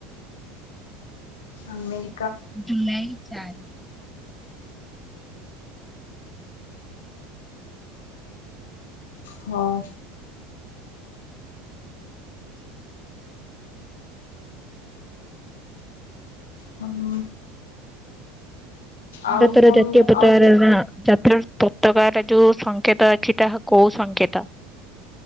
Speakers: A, on the left (about 75°); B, in the centre.
A: ଆମେରି
B: ଜୁଲାଇ ଚାରି।
A: ହଁ। ହଁ। ଆଉ
B: ଭାରତର
A: କଣ
B: ଜତୀୟ ପତାକା
A: ଆଉ କୋଉ
B: ର ନାଁ <unintelligible> ପତକା ରେ ଯୋଉ ସଂଙ୍କେତ ଅଛି ତାହା କୋଉ ସଂଙ୍କେତ?